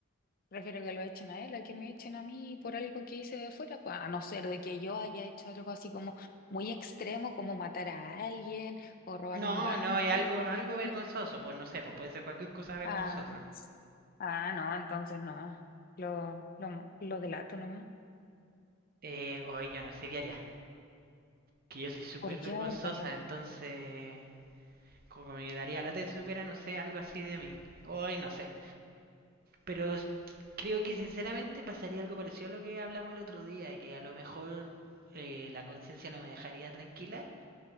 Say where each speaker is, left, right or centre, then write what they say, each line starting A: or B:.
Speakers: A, on the left; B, on the right.
A: prefiero que lo echen a él, a que me echen a mí por algo que hice de fuera, pues, a no ser de que yo haya hecho algo así como muy extremo, como matar a alguien o robar
B: No,
A: un banco.
B: no, es algo algo vergonzoso, pues no sé, pues puede ser cualquier cosa vergonzosa.
A: Ah, s- ah, no, entonces no. Lo, lo, mo- lo delato nomás.
B: Eh, hoy yo no sé qué haría. Que yo soy súper
A: ¿Por qué?
B: vergonzosa,
A: A ver, cuéntame.
B: entonces como que me daría la te supiera, no sé, algo así de mí. Hoy no sé. Pero s- creo que sinceramente pasaría algo parecido a lo que hablamos el otro día, que a lo mejor eh, la conciencia no me dejaría tranquila,